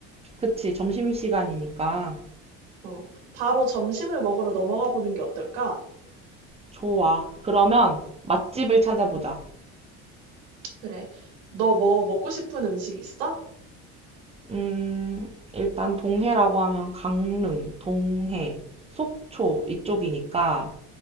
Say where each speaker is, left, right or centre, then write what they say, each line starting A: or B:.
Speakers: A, on the right (about 20°); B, on the right (about 80°).
A: 그치. 점심시간이니까.
B: 어, 바로 점심을 먹으러 넘어가 보는 게 어떨까?
A: 좋아. 그러면 맛집을 찾아보자.
B: 음. 그래. 너 뭐 먹고 싶은 음식 있어?
A: 음, 일단 동해라고 하면 강릉, 동해, 속초 이쪽이니까